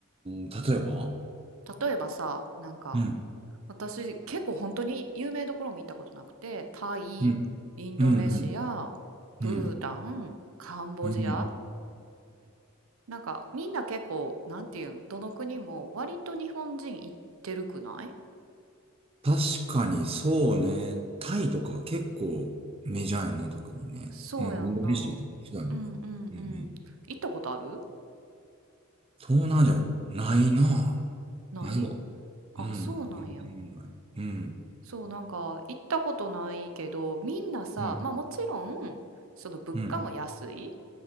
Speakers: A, on the right; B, on the right.
A: ん、例えば
B: 例えばさ、なんか
A: うん
B: 私結構本当に有名どころも行ったことなくて、タイ、
A: うん
B: インドネシア、
A: うんうん
B: ブータン、
A: うん
B: カンボジア。
A: うん
B: なんかみんな結構、なんていうん、どの国も割と日本人行ってるくない
A: 確かにそうね。タイとか結構メジャーやね、特にね。
B: そうやんな。
A: うん、インドネシアとかひどいよな。
B: うんうんうん。
A: うんうん。
B: 行ったことある？
A: 東南アジア、ないな。
B: ない？
A: ないわ。
B: あ、
A: うん、
B: そうなんや。
A: 全然ない。うん。
B: そう、なんか行ったことないけど、みんなさ、
A: うん
B: まあもちろん、その物価も安い
A: うん。